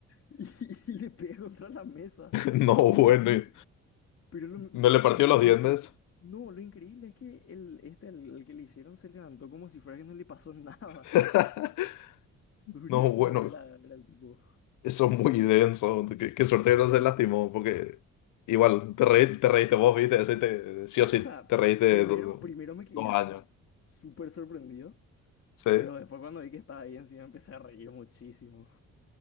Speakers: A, on the left; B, on the left.
A: y, <laughs> y le pega contra la mesa.
B: No,
A: O
B: bueno,
A: sea, yo no,
B: y-
A: s- pero lo,
B: ¿no le partió
A: lo,
B: los
A: lo
B: dientes?
A: increíble, no, lo increíble es que el, este, el, el que le hicieron se levantó como si fuera que no le pasó <laughs> nada.
B: <laughs>
A: Durísimo
B: No, bueno.
A: era, era el tipo.
B: Eso es muy denso. Qué, qué suerte
A: Sí,
B: que no se lastimó,
A: sí.
B: porque igual te, reí- te reíste vos, viste, eso y te, sí o sí
A: O sea,
B: te reíste
A: primero,
B: do-
A: primero me quedé
B: dos
A: así
B: años.
A: súper sorprendido.
B: ¿Sí?
A: Pero después cuando vi que estaba ahí encima empecé a reír muchísimo.